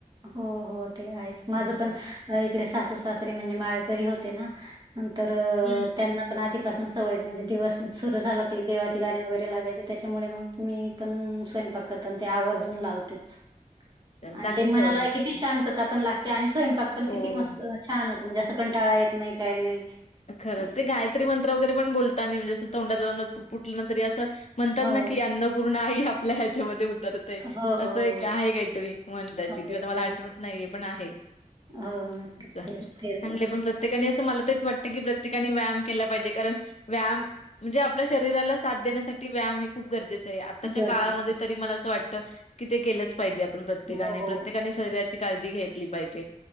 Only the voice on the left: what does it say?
हं.
हं.
चांगली
सवय आहे.
हो.
खरंच,
ते गायत्री मंत्र वगैरे पण बोलतानी, म्हणजे असं, तोंडातल्या तोंडात पुटपुटलं ना तरी असं म्हणतात
ना की, अन्नपूर्ण आई आपल्या ह्याच्यामध्ये उतर
असं एक आहे काहीतरी, म्हण ताची
ती आता मला
आठवत नाही, पण आहे.
चालेल. पण
प्रत्येकाने असं मला तेच वाट की प्रत्येकाने व्यायाम केला पाहिजे, कारण व्यायाम म्हणजे, आपल्या शरीराला साथ देण्यासाठी व्यायाम खूप गरजेचं आहे, आत्ताच्या
काळामध्ये
तरी मला असं वाटत, कि ते केलं पाहिजे आपण प्रत्येकाने,
प्रत्येकाने शरीराची काळजी घेतली पाहिजे.